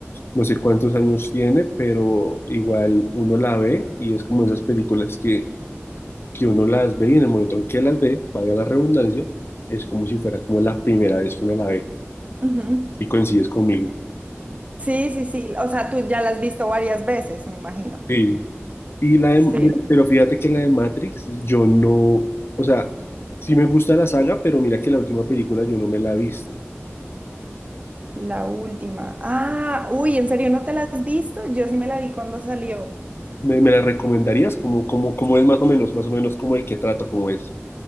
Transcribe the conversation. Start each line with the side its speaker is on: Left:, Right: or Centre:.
Left: no sé cuántos años tiene, pero igual uno la ve y es como esas películas que, que uno las ve y en el momento en que las ve, valga la redundancia, es como si fuera como la primera vez que uno la ve.
Right: Ujú.
Left: Y coincides conmigo.
Right: Sí, sí, sí, o sea, tú ya la has visto varias veces, me imagino.
Left: Sí. Y la de-
Right: Sí,
Left: mira, pero fíjate que la de Matrix, yo no, o sea, sí me gusta la saga, pero mira que la última película yo no me la he visto.
Right: la última. Ah, uy, ¿en serio no te la has visto? Yo sí me la vi cuando salió.
Left: ¿Me, me la recomendarías? ¿Cómo, cómo, cómo es más o menos, más o menos como el que trata, cómo es?